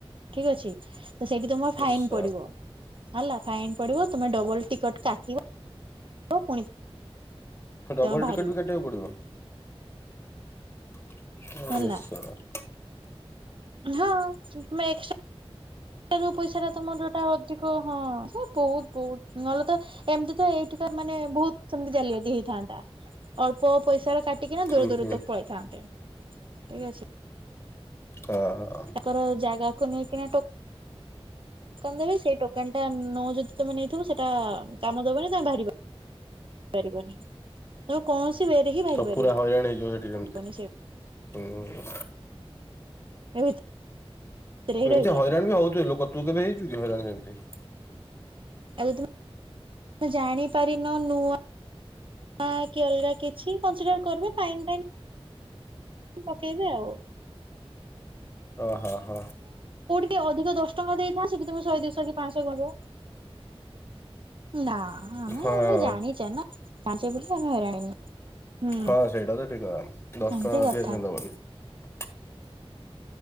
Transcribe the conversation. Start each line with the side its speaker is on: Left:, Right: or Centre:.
Right: ଠିକ ଅଛି। ତ ସେଇଠି ତମର ଫାଇନ
Left: ନିଶ୍ଚୟ।
Right: ପଡିବ ହେଲା ଫାଇନ ପଡିବ ତମେ ଡବଲ ଟିକଟ କାଟିବ। ବ ପୁଣି
Left: ଡବଲ
Right: ତମେ ବାହାରିବ
Left: ଟିକଟ ବି କାଟିବାକୁ ପଡିବ? <unintelligible>
Right: ହେଲା ହଁ ତୁମେ ଏମ୍ସଟ୍ରା ପଇସା ଟା ତମର ଟା ଅଧିକ ହଁ ହେ ବହୁତ ବହୁତ ନହେଲେ ତ ଏମିତି ତ ଏଇଠିକା ମାନେ ବହୁତ ସେମତି ଜାଲି ଯଦି ହେଇଥାନ୍ତା ଅଳ୍ପ ପଇସା କା ଟିକିନା
Left: ହୁଁ
Right: ଦୂର ଦୂର
Left: ହୁଁ
Right: ତକୁ ପଳେଇଥାନ୍ତେ ଠିକ ଅଛି।
Left: ହଁ ହଁ।
Right: ତାପର ଜାଗାକୁ ନେଇକିନା ଟୋ ଟୋକନ ଦେବେ ସେଇ ଟୋକେନଟା ନ ଯଦି ତମେ ନେଇଥିବ ସେଇଟା କାମ ଦବନି ତମେ ବାହାରିବ। ପାରିବନି ତମେ କୌଣସି ୱେରେ ହିଁ ବାହାରି
Left: ତ
Right: ପାରିବ
Left: ପୁରା ହଇରାଣ ହେଇଯିବ ସେଠି ସେମିତି
Right: ନି ସେ
Left: ହୁଁ।
Right: <unintelligible> ହିଁ
Left: ଏମିତି
Right: ରହିଲ।
Left: ହଇରାଣ ବି ହଉଥିବେ ଲୋକ ତୁ କେବେ ହେଇଛୁ ହଇରାଣ ସେମିତି।
Right: ଆ ତମେେ ଜାଣିପାରିନ ନୂଆ ହଁ କି ଅଲଗା କିଛି କନସିଡାର କରିବ ଫାଇନ ଫାଇନ ପକେଇବେ ଆଉ।
Left: ଓ ହଃ ହଃ
Right: ଟେ ଅଧିକ ଦଶ ଟଙ୍କା ଦେଇଥାନ୍ତି କିନ୍ତୁ ତମେ ଶହେ ଦୁଇଶହ କି ପାଞ୍ଚଶହ କରିବ। ନା ଆମେ
Left: ହଁ
Right: ଆମେ ଜାଣିଛେ ନା ଣି ହୁଁ
Left: ହଁ ସେଇଟା ତ ଠିକ କଥା ଦଶ
Right: ଏନ୍ତି କଥା <inaudible>
Left: <inaudible>